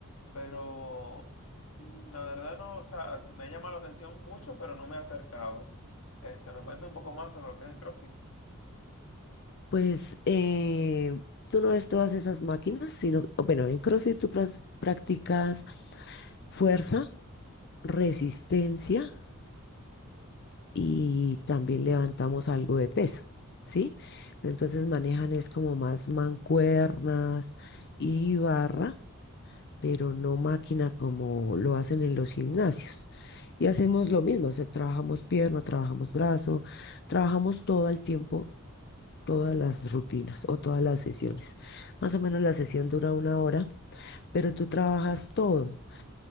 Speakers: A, on the left; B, on the left.
A: pero mm, la verdad no, o sea, sí me llama la atención mucho, pero no me he acercado. Este, ¿me cuenta un poco más sobre lo que es el CrossFit?
B: Pues eh, tú no ves todas esas máquinas, sino, bueno, en CrossFit tú pras- practicas fuerza, resistencia y también levantamos algo de peso, ¿sí? Pero entonces manejan es como más mancuernas y barra, pero no máquina como lo hacen en los gimnasios. Y hacemos lo mismo, o sea, trabajamos pierna, trabajamos brazo, trabajamos todo el tiempo. todas las rutinas o todas las sesiones. Más o menos la sesión dura una hora, pero tú trabajas todo.